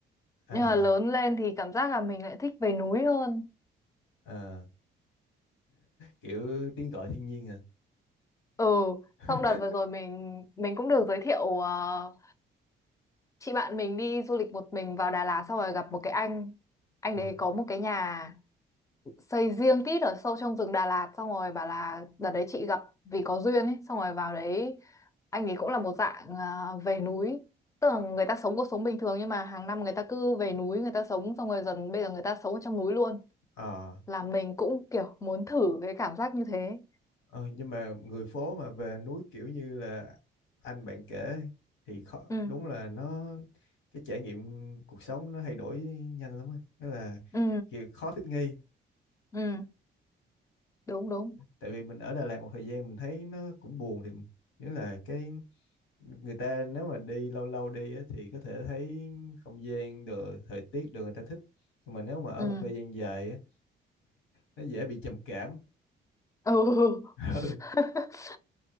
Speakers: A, on the left; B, on the left.
A: à
B: nhưng mà lớn lên thì cảm giác là mình lại thích về núi hơn
A: à kiểu tiếng gọi thiên nhiên à
B: ừ
A: <laughs>
B: xong đợt vừa rồi mình mình cũng được giới thiệu ờ, chị bạn mình đi du lịch một mình vào Đà Lạt xong rồi gặp một cái anh anh
A: ờ
B: đấy có một cái nhà xây riêng tít ở sâu trong rừng Đà Lạt xong rồi bảo là đợt đấy chị gặp vì có duyên ấy xong rồi vào đấy anh ấy cũng là một dạng à, về núi tức là người ta sống cuộc sống bình thường nhưng mà hàng năm người ta cứ về núi người ta sống xong rồi dần bây giờ người ta sống ở trong núi luôn
A: ờ
B: là mình cũng kiểu muốn thử cái cảm giác như thế
A: ờ, nhưng mà người phố mà về núi kiểu như là anh bạn kể thì khó
B: ừ
A: đúng là nó cái trải nghiệm cuộc sống nó thay đổi nhanh lắm á đó là
B: ừ
A: kiểu khó thích nghi
B: ừ đúng đúng
A: tại vì mình ở Đà Lạt một thời gian mình thấy nó cũng buồn thì nghĩa là cái người ta nếu mà đi lâu lâu đi á, thì có thể thấy không gian được thời tiết được người ta thích nhưng mà nếu mà ở
B: ừ
A: một thời gian dài á, nó dễ bị trầm cảm
B: ừ
A: <laughs>
B: <laughs>
A: ừ